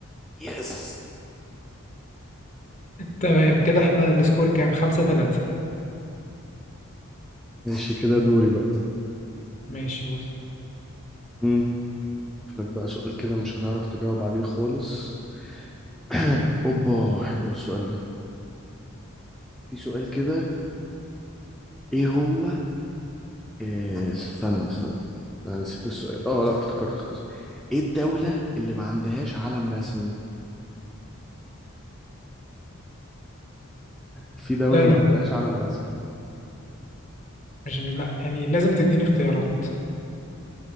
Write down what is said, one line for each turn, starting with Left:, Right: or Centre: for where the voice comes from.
Centre: يس
Left: تمام كده احنا السكور كام خمسة تلاتة
Centre: ماشي كده دوري بقى
Left: ماشي قول
Centre: مم. أشوف لك بقى سؤال كده مش هتعرف تجاوب عليه خالص <coughs> <clears throat> أوبا حلو السؤال ده في سؤال كده إيه هو آه استنى استنى أنا نسيت السؤال أه لا افتكرت خلاص إيه الدولة اللي ما عندهاش علم رسمي في دولة
Left: لا
Centre: ما
Left: لا لا
Centre: عندهاش علم رسمي
Left: مش مي... لا يعني لازم تديني اختيارات